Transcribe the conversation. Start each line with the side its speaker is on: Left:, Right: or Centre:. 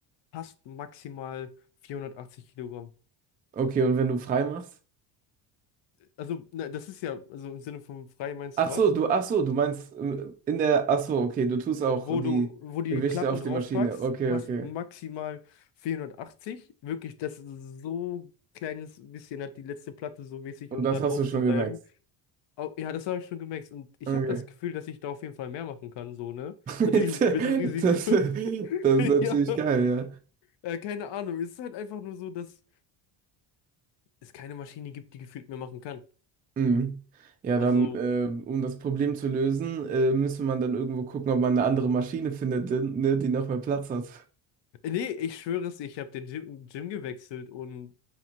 Left: passt maximal 480 Kilogramm.
Right: Okay, und wenn du frei machst?
Left: Also ne, das ist ja, also im Sinne von frei meinst
Right: Ach
Left: du was?
Right: so, du, ach so, du meinst äh, in der, ach so, okay, du tust auch
Left: Wo
Right: die
Left: du, wo du
Right: Gewichte
Left: die Platten
Right: auf
Left: draufpackst,
Right: die Maschine. Okay,
Left: passt
Right: okay.
Left: maximal 480. Wirklich, das ist so kleines bisschen hat die letzte Platte so mäßig,
Right: Und
Left: um
Right: das
Left: da drauf
Right: hast du schon
Left: zu bleiben.
Right: gemerkt.
Left: Au- ja, das habe ich schon gemerkt. Und ich
Right: Okay.
Left: habe das Gefühl, dass ich da auf jeden Fall mehr machen kann, so, ne?
Right: <laughs>
Left: Natürlich
Right: Das,
Left: mit ein bisschen Risiko. <laughs>
Right: das ist
Left: <laughs>
Right: natürlich
Left: Ja.
Right: geil,
Left: Äh, keine Ahnung. Es ist halt einfach nur so, dass es keine Maschine gibt, die gefühlt mehr machen kann.
Right: ja. Mhm. Ja, dann,
Left: Also,
Right: äh, um das Problem zu lösen, äh, müsste man dann irgendwo gucken, ob man eine andere Maschine findet, ne, die noch mehr Platz hat.
Left: äh, nee, ich schwöre es, ich habe den Gym, Gym gewechselt und